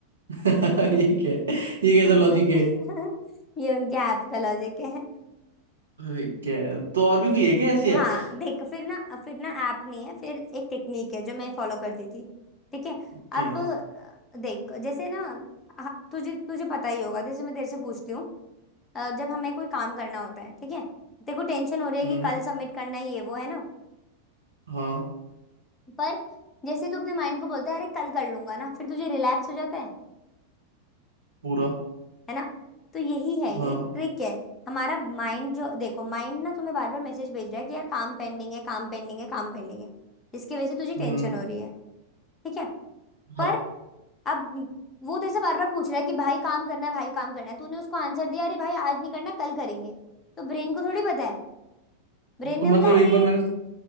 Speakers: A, on the right (about 70°); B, on the left (about 20°).
A: <laughs>
B: <laughs>
A: ये क्या है ये कैसा
B: एकदम
A: लॉजिक है
B: <laughs> ये उनके ऐप का लॉजिक है
A: अरे, क्या है तो और भी कोई है क्या ऐसी एप्स
B: हाँ देख फिर ना फिर ना ऐप नहीं है फिर एक टेक्निक है जो मैं फॉलो करती थी ठीक है
A: क्या
B: अब अ, देख जैसे ना हाँ, तुझे तुझे पता ही होगा जैसे मैं तेरे से पूछती हूँ अ, जब हमें कोई काम करना होता है ठीक है तेरे को टेंशन हो रही है
A: हम्म
B: कि कल सबमिट करना है ये वो है ना
A: हाँ
B: पर जैसे तू अपने माइंड को बोलता है अरे कल कर लूंगा ना फिर तुझे रिलैक्स हो जाता है
A: पूरा
B: है ना तो यही है ये
A: हाँ
B: एक ट्रिक है हमारा माइंड जो देखो माइंड ना तुम्हें बार बार मैसेज भेज रहा है कि यार काम पेंडिंग है काम पेंडिंग है काम पेंडिंग है जिसकी वजह से तुझे टेंशन
A: हम्म
B: हो रही है ठीक है पर
A: हाँ
B: अब वो तेरे से बार बार पूछ रहा है कि भाई काम करना है भाई काम करना है तूने उसको आंसर दिया अरे भाई आज नहीं करना कल करेंगे तो ब्रेन को थोड़ी पता है ब्रेन
A: तो
B: ने
A: मतलब
B: बोला
A: एक
B: अरे
A: बार मैंने